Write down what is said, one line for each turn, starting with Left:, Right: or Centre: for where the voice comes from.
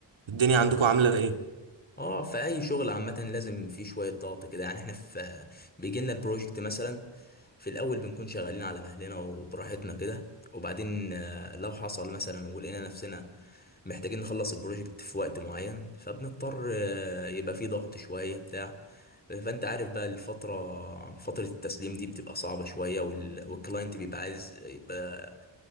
Right: الدنيا
Left: اه
Right: عندكم عاملة ايه
Left: اه في اي شغل عامه لازم في شويه ضغط كده يعني احنا في بيجي لنا البروجكت مثلا في الاول بنكون شغالين على مهلنا وبراحتنا كده وبعدين آه، لو حصل مثلا ولقينا نفسنا محتاجين نخلص البروجكت في وقت معين فبنضطر آه، يبقى في ضغط شويه بتاع فانت عارف بقى الفتره فتره التسليم دي بتبقى صعبه شويه وال- والكلاينت بيبقى عايز يبقى